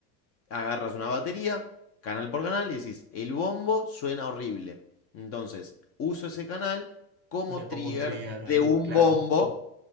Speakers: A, on the left; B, on the right.
A: agarras una batería, canal por canal, y decís, el bombo suena horrible. Entonces, uso ese canal como
B: Y le
A: trigger
B: pongo un trigger, eh,
A: de un
B: claro.
A: bombo